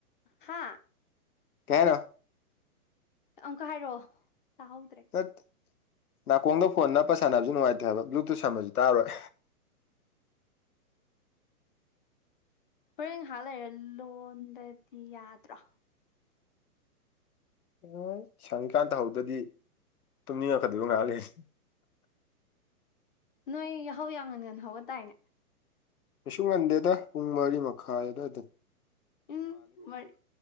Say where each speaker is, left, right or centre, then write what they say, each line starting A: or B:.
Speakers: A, on the left; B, on the left.
A: ꯍꯥ
B: ꯀꯩ ꯍꯥꯏꯅꯣ
A: ꯑꯝꯀ ꯍꯥꯏꯔꯑꯣ ꯇꯥꯍꯧꯗ꯭ꯔꯦ
B: ꯍꯠ ꯅꯥꯀꯣꯡꯗ ꯐꯣꯟ ꯅꯞꯄ ꯁꯥꯟꯅꯕꯖꯦ ꯅꯨꯡꯉꯥꯏꯇꯦ ꯍꯥꯏꯕ ꯕ꯭ꯂꯨꯇꯨꯠ ꯁꯝꯃꯖꯨ ꯇꯥꯔꯣꯏ
A: ꯍꯣꯔꯦꯟ ꯉꯍꯥꯛ ꯂꯩꯔ ꯂꯣꯟꯗꯗꯤ ꯌꯥꯗ꯭ꯔꯣ
B: ꯋꯣꯏ ꯁꯪꯉꯤꯀꯥꯟ ꯇꯍꯧꯗꯗꯤ ꯇꯨꯝꯅꯤꯡꯉꯛꯀꯗꯣꯏꯕ ꯉꯍꯥꯛ ꯂꯩꯔ
A: ꯅꯣꯏ ꯌꯥꯍꯧ ꯌꯥꯝ ꯉꯟ ꯉꯟ ꯍꯧꯒꯠꯇꯥꯏꯅꯦ
B: ꯀꯩꯁꯨ ꯉꯟꯗꯦꯗ ꯄꯨꯡ ꯃꯔꯤ ꯃꯈꯥꯏꯗ ꯑꯗꯥꯏꯗꯟ
A: ꯎꯝ ꯃꯔ